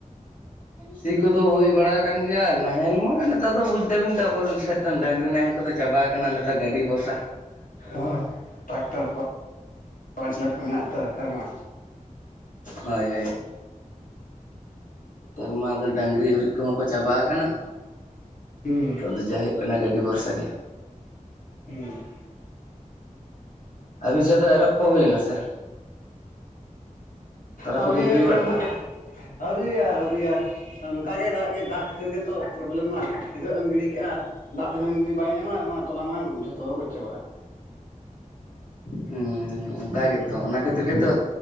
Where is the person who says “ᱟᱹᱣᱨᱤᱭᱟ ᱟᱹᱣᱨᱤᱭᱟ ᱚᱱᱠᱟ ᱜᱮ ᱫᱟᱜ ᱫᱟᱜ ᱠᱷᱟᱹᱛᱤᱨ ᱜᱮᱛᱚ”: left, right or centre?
Left